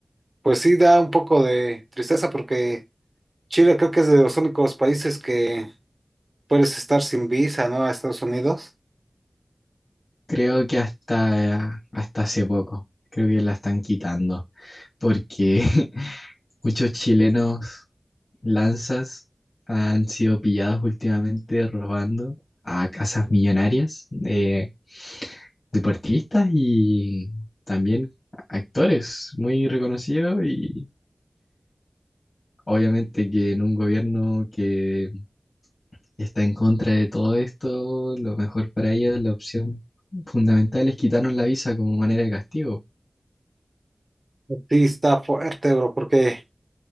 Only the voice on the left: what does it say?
Creo que hasta, hasta hace poco, creo que la están quitando, porque <laughs> muchos chilenos lanzas han sido pillados últimamente robando a casas millonarias. eh, deportistas y también actores muy reconocidos y obviamente que en un gobierno que está en contra de todo esto, lo mejor para ellos, la opción fundamental es quitarnos la visa como manera de castigo.